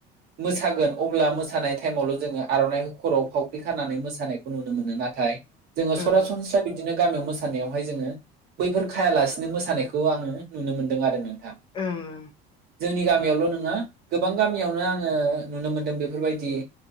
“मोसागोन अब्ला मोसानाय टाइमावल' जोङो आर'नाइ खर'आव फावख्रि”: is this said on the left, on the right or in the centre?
Right